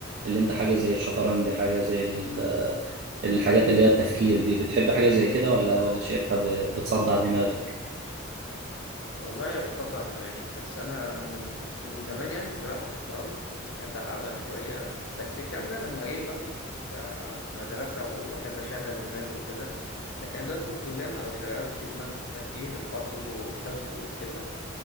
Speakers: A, on the right; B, on the left.
A: اللي انت حاجة زي الشطرنج حاجة زي ال... الحاجات اللي هي التفكير دي بتحب حاجة زي كده ولا ولا شايفها ب... بتصدع دماغك
B: والله بتصدع دماغي بس انا من ز- من زمان يعني كنت بلعب شطرنج كنت بحب العبها شويه بس الكلام ده لما ايه بقى كنت في مدرسه واحب اشغل دماغي وكده لكن أنا دلوقتي في الكليه ما بشغلش دماغنا كتير الحوار كله حفظ وكده